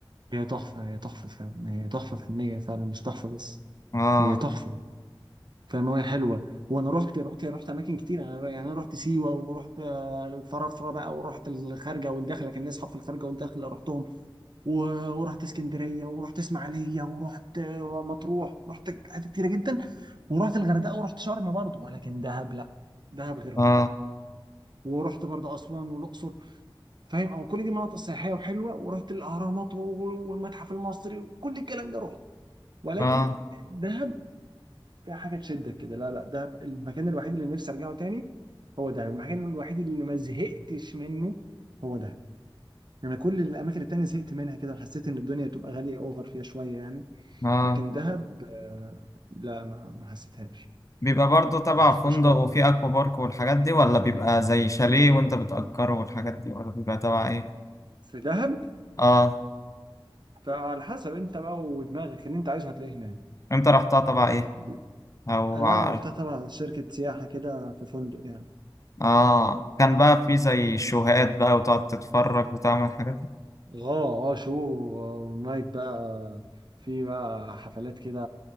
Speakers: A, on the right; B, on the left.
A: هي تحفه هي تحفه فاهم هي تحفه فنيه فعلا مش تحفه بس
B: اه
A: هي تحفه فاهمة هي حلوة وانا رحت رحت رحت اماكن كتير أنا- يعني انا رحت سيوة ورحت آه، الفرافرة بقى ورحت الخارجة والداخلة كان ليا اصحاب في الخارجة والداخلة رحتهم و- ورحت اسكندرية ورحت اسماعيلية ورحت آه، مطروح رحت حتت كتيرة جدا ورحت الغردقة ورحت شرم برضه ولكن دهب لا دهب غيرهم
B: اه
A: ورحت برضه اسوان والاقصر فاهم او كل دي مناطق سياحية وحلوة ورحت الاهرامات و- والمتحف المصري وكل الكلام ده رحت ولكن
B: اه
A: دهب فيها حاجه تشدك كده لا لا ده المكان الوحيد اللي نفسي ارجعه تاني هو ده المكان الوحيد اللي ما زهقتش منه هو ده يعني كل الاماكن التانية زهقت منها كده وحسيت ان الدنيا بتبقى غاليه اوفر فيها شويه يعني
B: اه
A: لكن دهب آه، لا ما ما حسيتهاش
B: بيبقى برضو تبع
A: ما حسيتهاش
B: فندق
A: خالص
B: وفي اكوا بارك والحاجات دي ولا بيبقى زي شاليه وانت بتأجره والحاجات دي ولا بيبقى تبع ايه
A: في دهب
B: اه
A: فعلى حسب انت بقى ودماغك اللي انت عايزه هتلاقيه هناك
B: انت رحتها تبع ايه
A: ب-
B: او
A: لا
B: عارف
A: انا رحتها تبع شركه سياحه كده في فندق يعني
B: اه كان بقى في زي شوهات بقى وتقعد تتفرج وتعمل حاجات
A: اه اه شو ونايت بقى في بقى حفلات كده